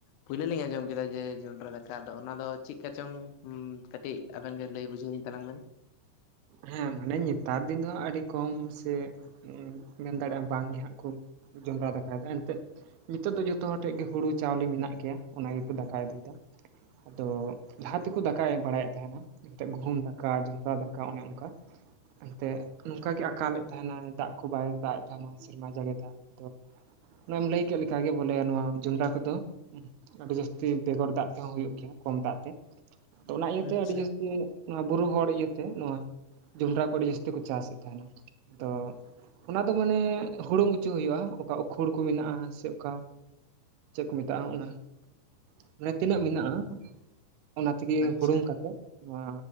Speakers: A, on the left; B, on the right.
A: ᱯᱩᱭᱞᱩ ᱞᱤᱧ ᱟᱸᱡᱚᱢ ᱠᱮᱫᱟ ᱡᱮ ᱡᱚᱱᱰᱨᱟ ᱫᱟᱠᱟ ᱟᱫᱚ ᱚᱱᱟ ᱫᱚ ᱪᱮᱫ ᱠᱟ ᱪᱚᱝ ᱠᱟᱹᱴᱤᱡ ᱟᱵᱮᱱ ᱜᱮ ᱞᱟᱹᱭ ᱵᱩᱡᱷᱟᱹᱣᱤᱧ ᱛᱟᱝ ᱵᱮᱱ
B: ᱦᱮᱸ ᱢᱟᱱᱮ ᱱᱮᱛᱟᱨ ᱫᱤᱱ ᱫᱚ ᱟᱹᱰᱤ ᱠᱚᱢ ᱥᱮ ᱢᱮᱱ ᱫᱟᱲᱮᱭᱟᱜᱼᱟᱢ ᱵᱟᱝᱜᱮ ᱦᱟᱸᱜ ᱠᱚ ᱡᱚᱸᱰᱨᱟ ᱫᱟᱠᱟᱭᱮᱫᱟ ᱮᱱᱛᱜ ᱱᱤᱛᱚᱜ ᱫᱚ ᱡᱚᱛᱚ ᱦᱚᱲ ᱴᱷᱮᱱ ᱜᱮ ᱦᱩᱲᱩ ᱪᱟᱣᱞᱮ ᱢᱮᱱᱟᱜ ᱜᱮᱭᱟ ᱚᱱᱟ ᱜᱮᱠᱚ ᱫᱟᱠᱟᱭ ᱤᱫᱤᱭᱮᱫᱟ ᱟᱫᱚ ᱡᱟᱦᱟᱸᱛᱮᱠᱚ ᱫᱟᱠᱟᱭ ᱵᱟᱲᱟᱭᱮᱫ ᱛᱟᱦᱮᱱᱟ ᱮᱱᱛ ᱜᱩᱦᱩᱢ ᱫᱟᱠᱟ ᱡᱚᱸᱰᱨᱟ ᱫᱟᱠᱟ ᱜᱚᱱ ᱚᱱᱠᱟ ᱮᱱᱛᱮᱫ ᱱᱚᱝᱠᱟ ᱜᱮ ᱟᱠᱟᱞᱮᱫ ᱛᱟᱦᱮᱱᱟ ᱫᱟᱜ ᱠᱚ ᱵᱟᱭ ᱫᱟᱜ ᱮᱫ ᱛᱟᱦᱮᱱᱟ ᱥᱮᱨᱢᱟ ᱡᱟᱹᱲᱤ ᱫᱟᱜ ᱟᱫᱚ ᱚᱱᱟᱮᱢ ᱞᱟᱹᱭ ᱠᱮᱫ ᱞᱮ ᱞᱮᱠᱟᱟᱜᱮ ᱵᱚᱞᱮ ᱱᱚᱣᱟ ᱡᱚᱰᱨᱟ ᱠᱚᱫᱚ ᱟᱹᱰᱤ ᱡᱟᱹᱥᱛᱤ ᱵᱮᱜᱚᱨ ᱫᱟᱜ ᱛᱮᱦᱚᱸ ᱦᱩᱭᱩᱜᱭᱳ ᱜᱮᱭᱟ ᱠᱚᱢ ᱫᱟᱜ ᱛᱮ ᱛᱚ ᱚᱱᱟ ᱤᱭᱟᱹᱛᱮ
A: ᱟᱪᱪᱷᱟ
B: ᱟᱹᱰᱤ ᱡᱟᱹᱥᱛᱤ ᱚᱱᱟ ᱵᱩᱨᱩ ᱦᱚᱲ ᱤᱭᱟᱹ ᱛᱮ ᱱᱚᱣᱟ ᱡᱚᱸᱰᱨᱟ ᱠᱚ ᱟᱹᱰᱤ ᱡᱟᱹᱥᱛᱤ ᱠᱚ ᱪᱟᱥᱮᱫ ᱛᱟᱦᱮᱱᱟ ᱛᱚ ᱚᱱᱟ ᱫᱚ ᱢᱟᱱᱮ ᱦᱩᱲᱩᱝ ᱚᱪᱚ ᱦᱩᱭᱩᱜᱼᱟ ᱚᱠᱟ ᱩᱠᱷᱳᱲ ᱠᱚ ᱢᱮᱱᱟᱜᱼᱟ ᱥᱮ ᱚᱠᱟ ᱪᱮᱫ ᱠᱚ ᱢᱮᱛᱟᱜᱼᱟ ᱚᱱᱟ ᱢᱟᱱᱮ ᱛᱤᱱᱟᱹᱜ ᱢᱮᱱᱟᱜᱼᱟ ᱚᱱᱟ ᱛᱮᱜᱮ
A: ᱟᱪᱪᱷᱟ
B: ᱦᱩᱲᱩᱝ ᱠᱟ ᱠᱟᱛᱮᱜ ᱱᱚᱣᱟ